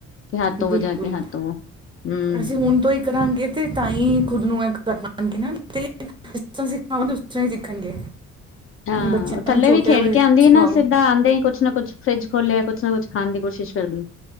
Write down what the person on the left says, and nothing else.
ਕਿ ਹੱਥੋਵੋ
ਜਾ ਕੇ ਹੱਥੋਵੋ ਹਮ
ਹਾਂ
ਥੱਲੇ
ਵੀ ਖੇਡ
ਕੇ
ਆਉਂਦੀ
ਹੀ ਨਾ ਸਿੱਧਾ ਆਉਂਦੇ ਹੀ ਕੁਛ ਨਾ ਕੁਛ ਫਰਿੱਜ ਖੋਲਿਆ ਕੁੱਛ ਨਾ ਕੁਛ ਖਾਣ ਦੀ ਕੋਸ਼ਿਸ਼ ਕਰਦੀ